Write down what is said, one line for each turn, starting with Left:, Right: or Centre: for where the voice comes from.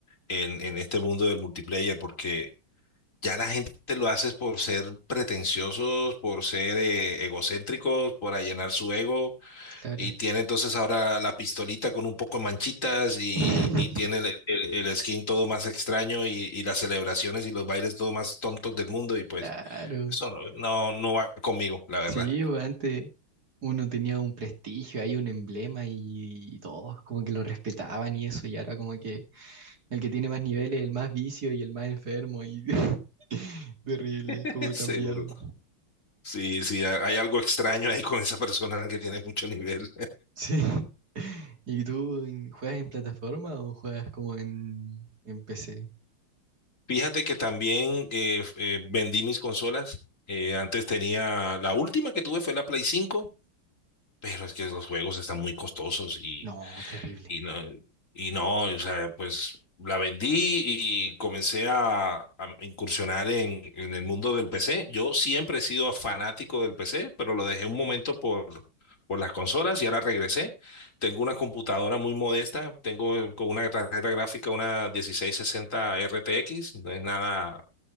Left: en, en este mundo del multiplayer, porque Ya la gente lo hace por ser pretenciosos, por ser eh, egocéntricos, por allanar su ego,
Right: Claro.
Left: y tiene entonces ahora la pistolita con un poco de manchitas y,
Right: <laughs>
Left: y tiene el, el- el skin todo más extraño y, y las celebraciones y los bailes todo más tontos del mundo, y pues
Right: Claro.
Left: eso no, no, no va conmigo, la verdad.
Right: Sí, pues, antes uno tenía un prestigio, ahí un emblema y, y todos como que lo respetaban y eso, y ahora como que el que tiene más niveles, el más vicio y el más enfermo y <laughs> terrible,
Left: <laughs>
Right: cómo ha
Left: Seguro.
Right: cambiado.
Left: Sí, sí, ha- hay algo extraño ahí con esa persona que tiene mucho nivel.
Right: Sí. <laughs> ¿Y tú en- juegas en plataforma o juegas como en, en PC?
Left: Fíjate que también eh, eh, vendí mis consolas. Eh, antes tenía, la última que tuve fue la Play cinco Pero es que los juegos están muy costosos y,
Right: No, terrible.
Left: y no, y no, o sea, pues la vendí y comencé a, a incursionar en, en el mundo del PC. Yo siempre he sido fanático del PC, pero lo dejé un momento por, por las consolas y ahora regresé. Tengo una computadora muy modesta, tengo eh, con una tarjeta gráfica una 1660 RTX, no es nada